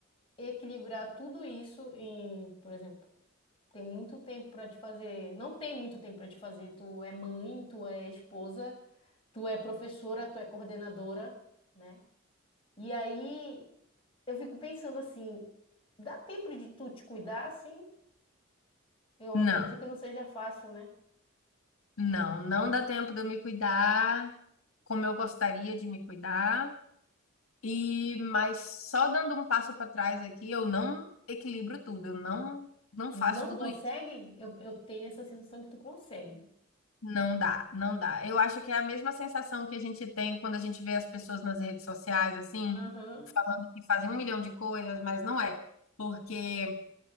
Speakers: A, on the left (about 25°); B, on the left (about 85°).
A: equilibrar tudo isso em, por exemplo, tem muito tempo para te fazer. Não tem muito tempo para te fazer. Tu é mãe, tu é esposa. tu é professora, tu é coordenadora, né? E aí eu fico pensando assim, dá tempo de tu te cuidar, assim? Eu acredito
B: Não,
A: que não seja fácil, né?
B: não, não dá tempo de eu me cuidar como eu gostaria de me cuidar. E mas só dando um passo para trás aqui, eu não equilibro tudo. Eu não não
A: Não
B: faço tudo
A: consegue?
B: isso.
A: Eu, eu tenho essa sensação que tu consegue.
B: Não dá, não dá. Eu acho que é a mesma sensação que a gente tem quando a gente vê as pessoas nas redes sociais assim,
A: Aham,
B: falando que fazem um milhão de coisas, mas não é. Porque